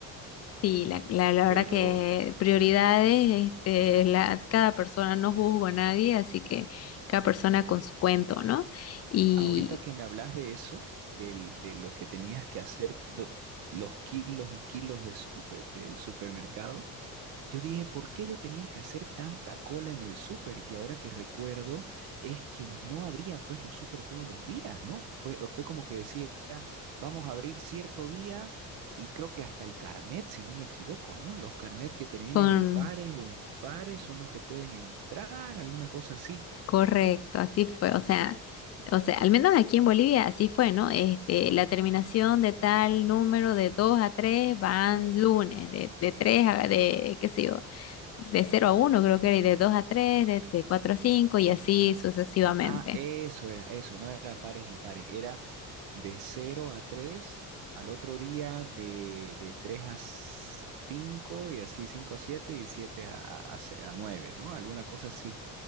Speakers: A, on the left (about 45°); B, on the right (about 80°).
A: Sí, la, la, la verdad
B: Pero
A: que prioridades, este, la, cada persona, no juzgo a nadie, así que cada persona con su cuento, ¿no? Y,
B: Ahorita que me hablas de eso, del- de lo que tenías que hacer, do- los kilos y kilos de super- del supermercado, yo dije, ¿por qué yo tenía que hacer tanta cola en el súper? Y ahora que recuerdo, es que no abría pues los súper todos los días, ¿no? Fue, fue como que decía, vamos a abrir cierto día y creo que hasta el carnet, si no me equivoco, ¿no? Los carnet que terminen
A: con
B: en pares o impares son los que pueden entrar, alguna cosa así.
A: Correcto, así fue. O sea, o sea, al menos aquí en Bolivia así fue, ¿no? Este, la terminación de tal número de 2 a 3 van lunes, de, de 3, a, de, qué sé yo, de cero a uno creo que era, y de 2 a 3, de, de 4 a 5 y así sucesivamente.
B: Ah, eso era, eso, no era pares impares, era de cero a 3, al otro día de, de 3 a 5 y así 5 a 7 y 7 a, a, a 9, ¿no? Alguna cosa así.